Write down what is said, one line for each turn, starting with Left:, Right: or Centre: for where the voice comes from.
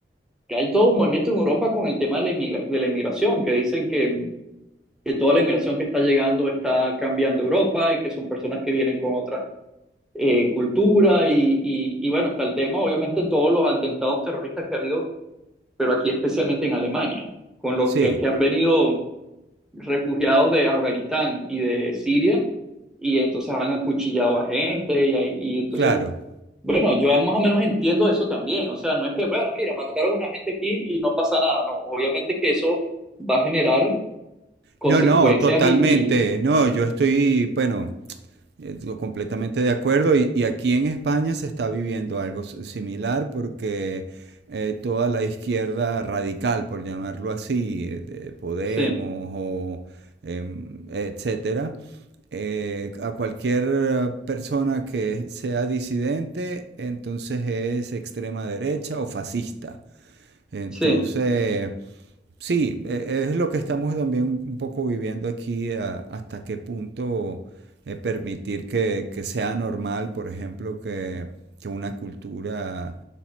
Centre: que hay todo un movimiento en Europa con el tema de la, inmigra- de la inmigración, que dicen que, mm, que toda la inmigración que está llegando está cambiando Europa y que son personas que vienen con otra eh, cultura. Y, y, y bueno, está el tema, obviamente, todos los atentados terroristas que ha habido pero aquí especialmente en Alemania, con los
Right: sí,
Centre: que, que han venido refugiados de Afganistán y de Siria, y entonces han acuchillado a gente, y, ahí- y entonces,
Right: claro.
Centre: bueno, yo más o menos entiendo eso también, o sea, no es que, bueno, mira, mataron a una gente aquí y no pasa nada, no, obviamente que eso va a generar consecuencias
Right: No, no, totalmente.
Centre: y, y...
Right: No, yo estoy, bueno, eh, completamente de acuerdo. Y, y aquí en España se está viviendo algo s- similar porque eh, toda la izquierda radical, por llamarlo así, eh, de Podemos
Centre: Sí,
Right: o em, etcétera eh, a cualquier eh, persona que sea disidente, entonces es extrema derecha o fascista. Entonces,
Centre: sí,
Right: Sí, e- es lo que estamos también un poco viviendo aquí, a- hasta qué punto eh, permitir que, que sea normal, por ejemplo, que, que una cultura